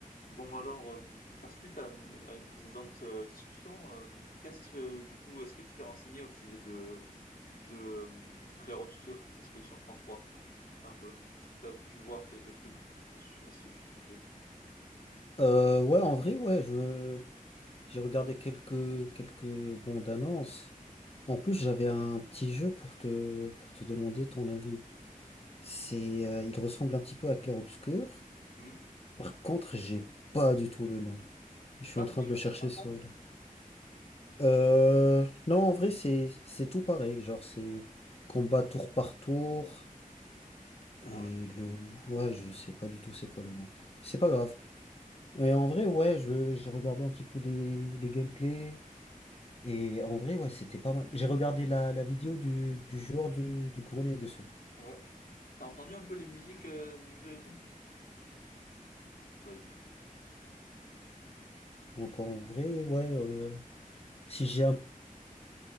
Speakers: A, on the left; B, on the left.
A: Bon alors, hem, pour faire suite à, hem, à une précédente, heu, discussion, hem, qu'est-ce, heu, du coup, est-ce que tu t'es renseigné au sujet de de, hem, Clair Obscur, Expédition 33? Un peu. Est-ce que tu as pu voir quelques trucs au su à ce sujet?
B: Euh, ouais, en vrai, ouais, je me- j'ai regardé quelques quelques bandes annonces. En plus, j'avais un petit jeu pour te pour te demander ton avis. C'est, euh, il ressemble un petit peu à Clair Obscur.
A: Mmh?
B: Par contre, j'ai pas du tout le nom.
A: C'est
B: Je suis
A: pas
B: en
A: Nier
B: train de
A: Automata?
B: le chercher sur le. Euh, non, en vrai, c'est c'est tout pareil. Genre, c'est combat tour par tour.
A: Ah
B: Et
A: ouais?
B: le, ouais, je sais pas du tout c'est quoi le nom. C'est pas
A: Mmh
B: grave. Mais en vrai, ouais, je j'ai regardé un petit peu les les gameplays. Et en vrai, ouais, c'était pas mal. J'ai regardé la, la vidéo du, du joueur du, du grenier dessus.
A: Ouais. T'as entendu un peu les musiques, heu, du jeu et tout? Pas du tout.
B: Donc en vrai, ouais, euh, si j'ai un